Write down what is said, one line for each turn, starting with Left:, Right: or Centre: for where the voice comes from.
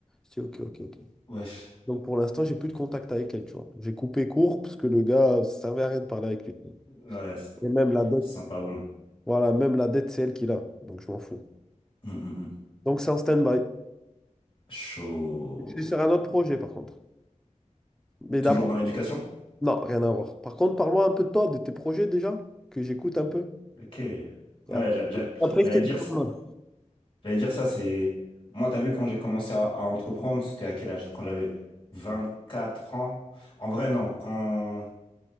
Centre: Je dis, ok, ok, ok.
Left: Wesh.
Centre: Donc pour l'instant, j'ai plus de contact avec elle, tu vois. J'ai coupé court parce que le gars, ça servait à rien de parler avec lui. tu vois.
Left: Ouais, c'est
Centre: Et même la dette,
Left: c'est sympa, bon.
Centre: voilà, même la dette, c'est elle qui l'a. Donc je m'en fous.
Left: Hmm, hmm, hmm.
Centre: Donc c'est en stand-by.
Left: Chaud.
Centre: Je suis sur un autre projet par contre. Mais d'abord,
Left: Toujours dans l'éducation?
Centre: non, rien à voir. Par contre, parle-moi un peu de toi, de tes projets déjà, que j'écoute un peu.
Left: Ok. Ouais,
Centre: Et après,
Left: j'a- j'a-
Centre: après,
Left: j'allais
Centre: je te
Left: dire,
Centre: dis mon nom.
Left: j'allais dire ça, c'est... Moi, t'as vu, quand j'ai commencé à, à entreprendre, c'était à quel âge? Quand j'avais 24 ans? En vrai, non, quand...